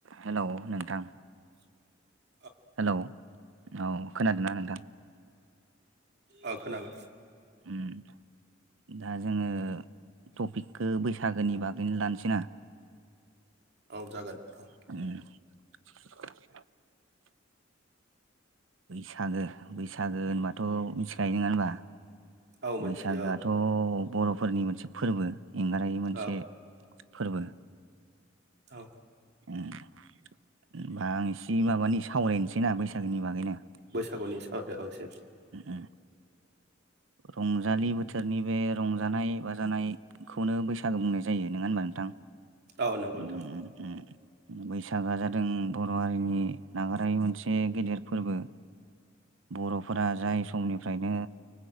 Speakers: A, on the right; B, on the right.
A: Hello नोंथां?
B: <inaudible>
A: Hello औ खोनादों ना नोंथां?
B: औ खोनाबाय।
A: उम दा जोङो टपिकखौ बैसागोनि बागैनो लानोसै ना?
B: औ जागोन।
A: उम
B: औ
A: बैसागो बैसागो होनबाथ' मिथिखायो नंङा होनबा।
B: औ मोनथियो
A: बैसागोआथ' बर'फोरनि मोनसे फोरबो। एंगारहायै मोनसे
B: औ
A: फोरबो
B: औ
A: उम। होमबा आं एसे माबानि सावरायनोसैना बैसागोनि बागै ना
B: बैसागुनि सावरायदो औ एसे
A: उम रंजालि बोथोरनि बे रंजानाय बाजानायखौनो बैसागो बुंनाय जायो नंङा होनबा नोंथां?
B: औ नंगौ
A: उम
B: नोंथां
A: उम बैसागा जादों बर' हारिनि नागारायै मोनसे गेदेर फोरबो बर'फोरा जाय समनिफ्रायनो